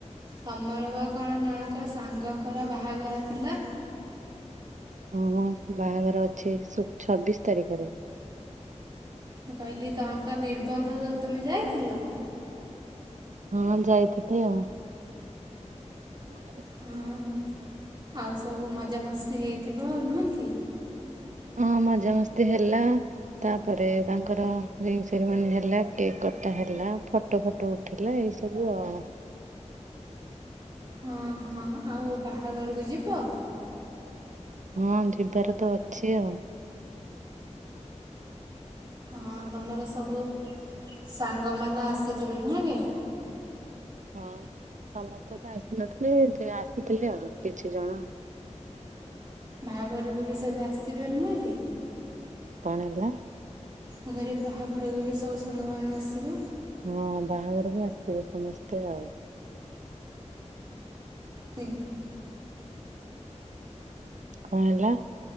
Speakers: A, on the right; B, on the right.
A: ତମର ବା କଣ ଜଣଙ୍କ ସାଙ୍ଗଙ୍କର ବାହାଘର ଥିଲା?
B: ହଁ ବାହାଘର ଅଛି ଛ ଛବିଶି ତାରିଖରେ।
A: ମୁଁ କହିଲି ତାଙ୍କ ନିର୍ବନ୍ଧ ତମେ ଯାଇଥିଲ?
B: ହଁ ଯାଇଥିଲି ଆଉ। <inaudible>
A: ହଁ ଆଉ ସବୁ ମଜାମସ୍ତି ହେଇଥିବ ନୁହେଁ କି?
B: ହଁ ମଜା ମସ୍ତି ହେଲା। ତାପରେ ତାଙ୍କର ରିଙ୍ଗ ସେରିମନି ହେଲା କେକ୍ କଟା ହେଲା। ଫଟୋ ଫଟୋ ଉଠିଲା ଏଇ ସବୁ ଆଉ।
A: ହଁ ହଁ ଆଉ ବାହାଘରକୁ ଯିବ?
B: ହଁ ଯିବାର ତ ଅଛି ଆଉ।
A: ହଁ ତମର ସବୁ ସାଙ୍ଗମାନେ ଆସିଥିବେ ନୁହଁ କି?
B: ହଁ ସମସ୍ତେ ତ ଆସିନଥିଲେ ଆସିଥିଲେ ଆଉ କିଛି ଜଣ। <inaudible>
A: ବାହାଘରକୁ ବି <unintelligible> ଆସିବେ ନୁହେଁ କି।
B: କଣ ହେଲା?
A: ମୁଁ କହିଲି ବାହାଘରକୁ ବି ସବୁ ସାଙ୍ଗମାନେ ଆସିବେ।
B: ହଁ ବାହାଘରକୁ ଆସିବେ ସମସ୍ତେ ଆଉ।
A: ତି
B: କଣ ହେଲା?